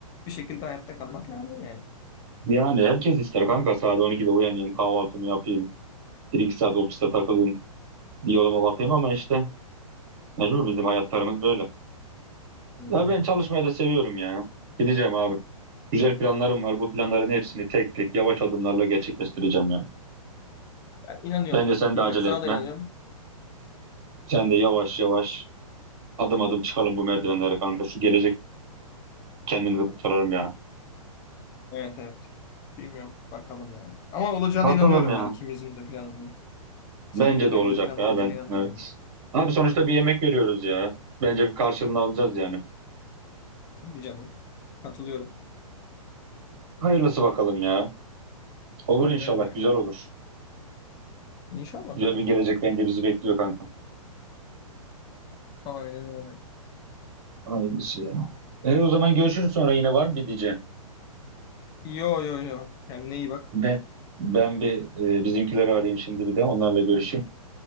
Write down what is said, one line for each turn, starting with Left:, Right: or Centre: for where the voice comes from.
Left: bir şekilde hayatta kalmak lazım yani.
Right: Yani herkes ister kanka. Saat 12'de uyanayım, kahvaltımı yapayım. Bir iki saat ofiste takılayım, bir yoluma bakayım ama işte mecbur bizim hayatlarımız böyle.
Left: Hmm.
Right: Ya ben çalışmayı da seviyorum ya. Gideceğim abi. Güzel planlarım var. Bu planların hepsini tek tek yavaş adımlarla gerçekleştireceğim ya.
Left: Ben inanıyorum.
Right: Bence sen
Left: Bilmiyorum.
Right: de acele
Left: Sana
Right: etme.
Left: da inanıyorum.
Right: Sen de yavaş yavaş adım adım çıkalım bu merdivenlere kanka. Şu gelecek kendimizi kurtaralım ya.
Left: Evet evet. Bilmiyorum. Bakalım yani. Ama olacağına
Right: Bakalım
Left: inanıyorum
Right: ya.
Left: ben. ikimizin de planlı. Senin
Right: Bence
Left: de
Right: de
Left: benim
Right: olacak
Left: de planlı
Right: ya
Left: olacağına
Right: ben.
Left: inanıyorum
Right: Evet.
Left: yani.
Right: Abi sonuçta bir yemek veriyoruz ya. Bence bir karşılığını alacağız yani.
Left: Bir canım. Katılıyorum.
Right: Hayırlısı bakalım ya. Olur
Left: Öyle
Right: inşallah.
Left: öyle.
Right: Güzel olur.
Left: İnşallah.
Right: Güzel bir gelecek bence bizi bekliyor kanka.
Left: Aynen öyle.
Right: Hayırlısı ya. E, o zaman görüşürüz sonra yine var mı bir diyeceğim.
Left: Yo yo yo. Kendine iyi bak.
Right: Ve ben bir e, bizimkileri arayayım şimdi bir de onlarla görüşeyim.